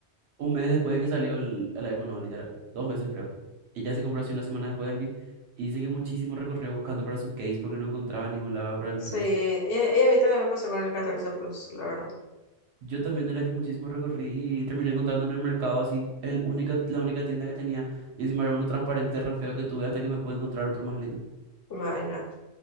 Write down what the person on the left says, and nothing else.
Sí,
y, y a mí también me pasó con el 14 Plus, la verdad.
No, nada.